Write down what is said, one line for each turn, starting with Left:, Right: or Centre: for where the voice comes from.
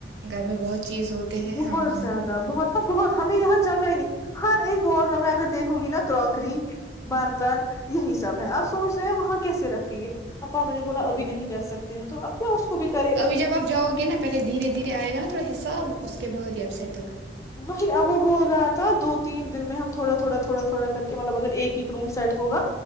Right: گھر میں بہت چیز ہوتے ہیں
Left: بہت
Right: ہاں
Left: زیادہ بہت بہت ہمیں یہاں جگہ ہی نہیں ہر ایک وارڈ میں اگر دیکھوں گی نا کروکری برتن یہی سب ہے آپ سوچ رہے ہیں وہاں کیس رکھیں گے اپاپا نے بولا ابھی نہیں کر سکتے ہیں تو اب کیا اس کو بھی کرے
Right: ابھی جب آپ جاؤ گے نا پہلے دھیرے دھیرے آئے گا نا تھوڑا حساب اس کے بعد یہ ابٹ
Left: وہی وہ بول رہا تھا دو تین دن میں ہم تھوڑا تھوڑا تھوڑا تھوڑا کر کے مطلب اگر ایک روم سیٹ ہوا